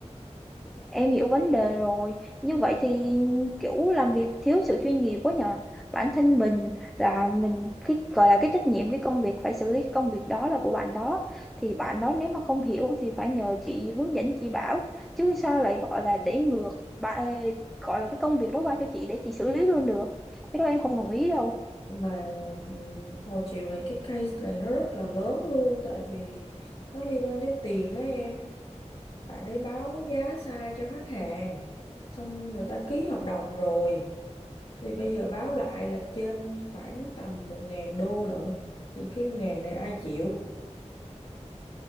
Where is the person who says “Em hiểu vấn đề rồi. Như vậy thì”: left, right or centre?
Centre